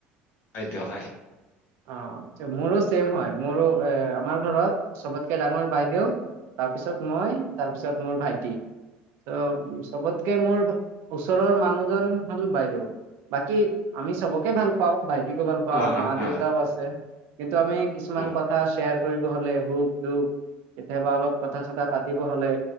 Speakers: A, on the left; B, on the right.
A: হয় দে হয়।
B: অ মোৰো ছেম হয় মোৰো এ আমাৰ ঘৰত চবতকে ডাঙৰ বাইদেউ তাৰপিছত মই, তাৰপিছত মোৰ ভাইটি। ত চবতকে মোৰ ওচৰৰ মানুহজন হ'ল বাইদেউ। বাকী আমি চবক কে ভাল পাওঁ। ভাইটিকো ভাল পাওঁ
A: অ',
B: মা
A: অ',
B: দেউতাও
A: অ',
B: আছে কিন্তু আমি কিছুমান
A: অ',
B: কথা শ্বেয়াৰ কৰিব হ'লে সুখ- দুখ কেতিয়াবা অলপ কথা চথা পাতিব হ'লে